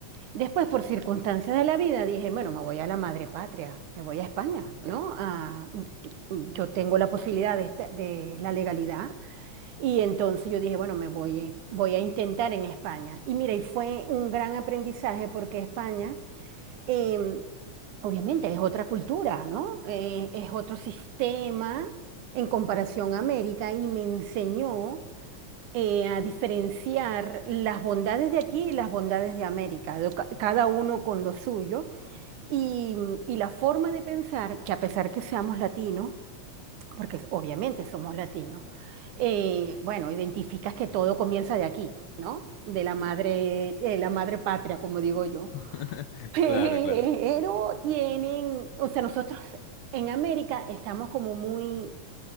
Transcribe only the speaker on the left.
<laughs>
Claro, claro.